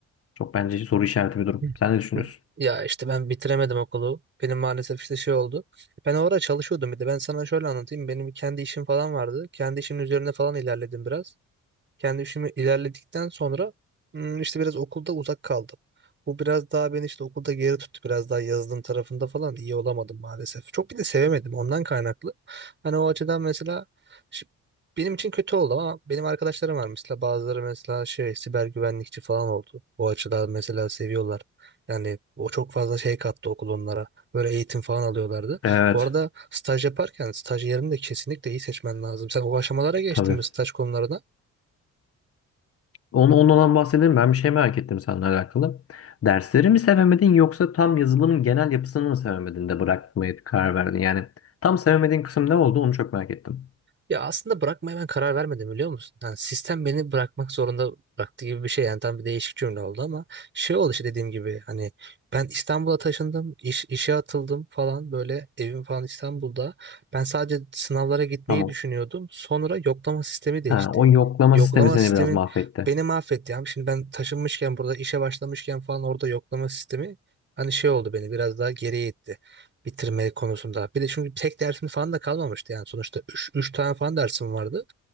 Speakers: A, on the left (about 50°); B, on the right (about 40°).
A: çok bence soru işareti bir durum.
B: Hı.
A: Sen ne düşünüyorsun?
B: Ya işte ben bitiremedim okulu. Benim maalesef işte şey oldu. Ben orada çalışıyordum bir de. Ben sana şöyle anlatayım. Benim kendi işim falan vardı. Kendi işimin üzerine falan ilerledim biraz. Kendi işimi ilerledikten sonra hmm, işte biraz okulda uzak kaldım. Bu biraz daha beni işte okulda geri tuttu. Biraz daha yazılım tarafında falan iyi olamadım maalesef. Çok bir de sevemedim ondan kaynaklı. Hani o açıdan mesela şi- benim için kötü oldu ama benim arkadaşlarım var mesela bazıları mesela şey siber güvenlikçi falan oldu. Bu açıdan mesela seviyorlar. Yani o çok fazla şey kattı okul onlara. Böyle eğitim falan alıyorlardı.
A: Evet.
B: Bu arada staj yaparken staj yerini de kesinlikle iyi seçmen lazım. Sen o aşamalara geçtin
A: Tabii.
B: mi staj konularına?
A: Onu, ondan bahsedelim. Ben bir şey merak ettim seninle alakalı. Dersleri mi sevemedin yoksa tam yazılımın genel yapısını mı sevemedin de bırakmaya karar verdin? Yani tam sevemediğin kısım ne oldu onu çok merak ettim.
B: Ya aslında bırakmaya ben karar vermedim biliyor musun? Yani sistem beni bırakmak zorunda bıraktı gibi bir şey. Yani tam bir değişik cümle oldu ama şey oldu işte dediğim gibi hani ben İstanbul'a taşındım, iş, işe atıldım falan böyle evim falan İstanbul'da. Ben sadece sınavlara gitmeyi
A: Tamam.
B: düşünüyordum. Sonra yoklama sistemi değişti.
A: Ha, o yoklama
B: Yoklama
A: sistemi
B: sistemin
A: seni biraz mahvetti.
B: beni mahvetti. Yani şimdi ben taşınmışken burada işe başlamışken falan orada yoklama sistemi hani şey oldu beni biraz daha geriye itti bitirme konusunda. Bir de çünkü tek dersin falan da kalmamıştı yani sonuçta 3 tane falan dersim vardı.